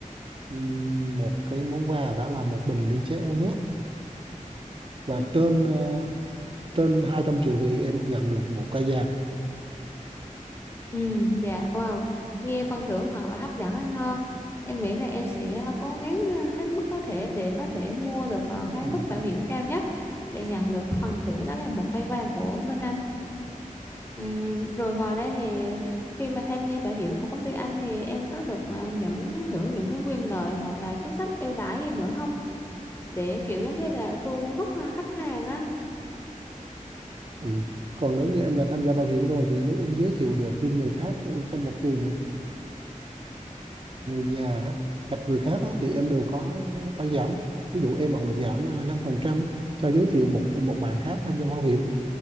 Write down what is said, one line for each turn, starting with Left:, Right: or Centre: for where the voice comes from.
Right: Ừm, một cái món quà đó là một bình ly chế uống nước và
Left: Ừ,
Right: trên ờ, trên 200 triệu thì em nhận được một cây vàng
Left: Ừ, dạ, wow, nghe phần thưởng thật là hấp dẫn anh ha. Em nghĩ là em sẽ ờ, cố gắng ờ, hết mức có thể để có thể mua được ờ,
Right: Ừm,
Left: cái mức bảo hiểm cao nhất để nhận được phần thưởng đó là một cây vàng của bên anh. Ừm, rồi ngoài ra thì khi mà tham gia bảo hiểm của công ty anh thì em có được ờ, những hưởng những cái quyền lợi hoặc là chính sách ưu đãi gì nữa không? Để kiểu giống như là thu hút ờ, khách hàng á.
Right: ừ. còn nếu như em đã tham gia bảo hiểm rồi thì nếu em giới thiệu được thêm người khác ừ, cho một người nữa người nhà á, hoặc người khác á, thì em đều có phải giảm ví dụ em vẫn được giảm à, 5% cho giới thiệu một một bạn khác tham gia bảo hiểm